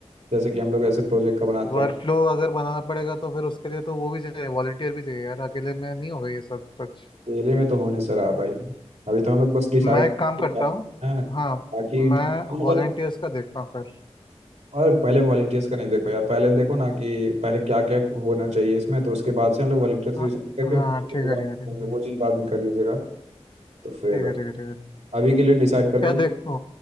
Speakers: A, on the right; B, on the left.
A: जैसे कि हम लोग ऐसे प्रोजेक्ट का बनाते
B: वर्कफ्लो
A: हैं
B: अगर बनाना पड़ेगा तो फिर उसके लिए तो वो भी चाहिए वॉलंटियर भी चाहिए यार अकेले में नहीं होगा ये सब कुछ
A: केले में तो होने से रहा भाई अभी तो हम लोग बस डिसाइड
B: मैं एक काम करता
A: हैं
B: हूँ
A: हाँ, ताकि
B: हाँ मैं
A: हम
B: वॉलंटियर्स
A: बत-
B: का देखता हूँ फिर
A: और पहले वॉलंटियर्स का नहीं देखो यार पहले देखो ना कि पहले क्या क्या होना चाहिए इसमें तो उसके बाद से हम लोग वॉलंटियर्स
B: हाँ
A: डिसाइड करके
B: हाँ
A: फिर उसके
B: ठीक
A: बाद
B: है ठीक है
A: करेंगे।
B: ठीक है
A: वो चीज़ बाद में कर लीजिएगा तो फिर
B: ठीक है ठीक है ठीक है ठीक है
A: अभी के लिए डिसाइड करते
B: क्या
A: हैं
B: देखो
A: कि